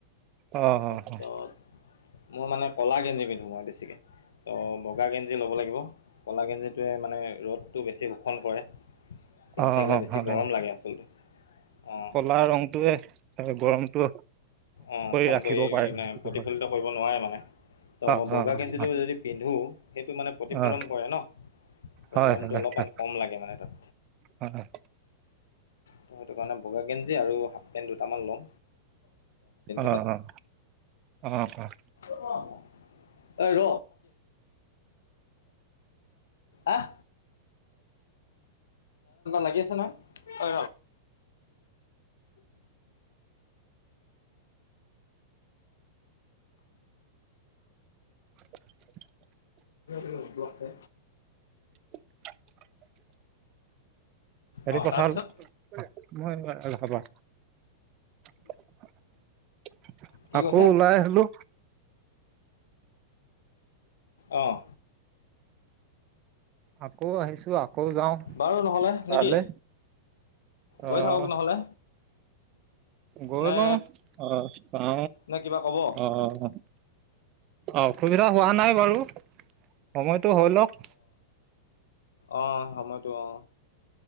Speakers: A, on the right; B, on the left.
A: অ
B: তাৰপিছত
A: অ।
B: মোৰ মানে কলা গেঞ্জী পিন্ধো মই বেছিকে। ত বগা গেঞ্জি ল'ব লাগিব কলা গেঞ্জিটোৱে মানে ৰ'দটো বেছি শোষণ কৰে। পিন্ধি
A: অ'
B: থাকিলে
A: অ',
B: বেছি
A: হয়
B: গৰম লাগে আচলতে। অঁ
A: কলা ৰংটোয়ে গৰমটো
B: অ শোষণ
A: ৰাখিব
B: কৰি
A: পাৰে
B: কিনে
A: সেইটো
B: প্ৰতিফলিত
A: হয়
B: কৰিব নোৱাৰে মানে। ত
A: অ'
B: বগা
A: অ' অ'
B: গেঞ্জীটো যদি পিন্ধো সেইটো মানে প্ৰতিফলন
A: অ',
B: কৰে ন। ত
A: হয়
B: গৰমটো
A: হয়
B: অলপমান
A: হয়
B: কম লাগে মানে তাত।
A: হয়,
B: ত সেইটো কাৰণে বগা গেঞ্জি আৰু হাফ পেন দুটামান ল'ম।
A: অ'
B: তাত
A: অ' অ' অ'
B: <unintelligible> অ ৰ আহ লাগি আছে নহ অ
A: <inaudible>
B: যে
A: <unintelligible> এটো
B: অঁ
A: কথা
B: তাৰপিছত
A: <inaudible> মই এনেক হাবা <inaudible>
B: কি
A: আকৌ
B: কৈছে
A: ওলাই আহিলো
B: অহ।
A: আকৌ আহিছো আও। আকৌ যাওঁ
B: বাৰু নহ'লে
A: তালে
B: নেকি
A: আহ
B: গৈ থাকক নহ'লে
A: গৈ
B: নে
A: লওঁ, অ চ অ
B: নে কিবা ক'ব
A: অ অসুবিধা হোৱা নাই বাৰু সময়টো হৈ লওক।
B: অ সময়টো অ